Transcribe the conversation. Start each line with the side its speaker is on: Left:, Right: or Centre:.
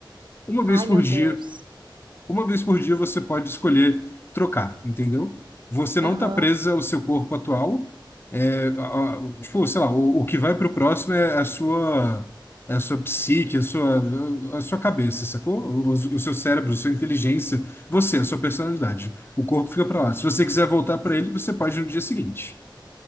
Left: uma vez
Right: Ai,
Left: por
Right: meu
Left: dia
Right: Deus.
Left: Uma vez por dia você pode escolher trocar, entendeu? Você não
Right: Aham,
Left: está presa ao seu corpo atual. É, a- a- tipo, sei lá, o, o que vai para o próximo é a sua, é a sua psique, a sua, a sua cabeça, sacou? O, o seu cérebro, a sua inteligência, você, a sua personalidade. O corpo fica para lá. Se você quiser voltar para ele, você pode no dia seguinte.